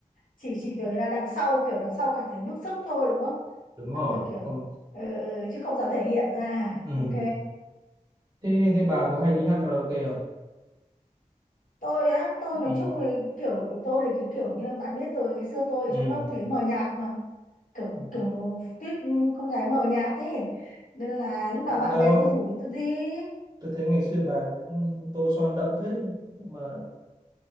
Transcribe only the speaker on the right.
đúng rồi
không
ừ.
thế thế bà có hay đi hát karaoke không
ừ,
ừ.
Ừ.
đâu
tớ thấy ngày xưa bà cũng tô son đậm phết đấy mà